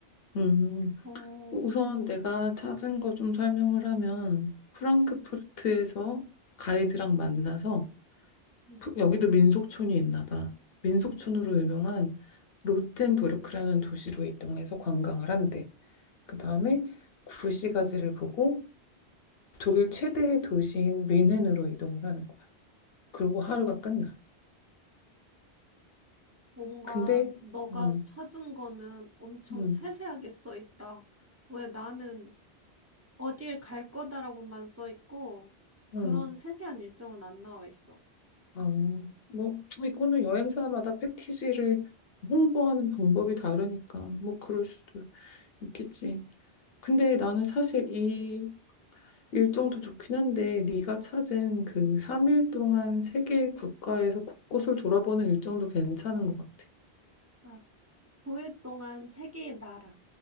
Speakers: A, on the left; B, on the right.
A: 음,
B: 어,
A: 우선 내가 찾은 거 좀 설명을 하면 프랑크푸르트에서
B: 음,
A: 가이드랑 만나서
B: 음,
A: 푸- 여기도 민속촌이 있나 봐. 민속촌으로
B: 음.
A: 유명한 로텐부르크라는 도시로 이동해서 관광을 한대. 그 다음에 구시가지를 보고 독일 최대의 도시인 뮌헨으로 이동을 하는 거야. 그리고 하루가
B: 음.
A: 끝나.
B: 뭔가
A: 근데
B: 너가
A: 음,
B: 찾은 거는 엄청
A: 음,
B: 세세하게 써 있다. 왜 나는 어딜 갈 거다라고만 써 있고, 그런
A: 음,
B: 세세한 일정은 안 나와 있어.
A: 아, 뭐 이거는 여행사마다 패키지를 홍보하는 방법이 다르니까 뭐 그럴 수도 있겠지. 근데 나는 사실 이 일정도 좋긴 한데 네가 찾은 그 3일 동안 세계 국가에서 곳곳을 돌아보는 일정도 괜찮은 것 같아.
B: 아, 9일 동안 세 개의 나라.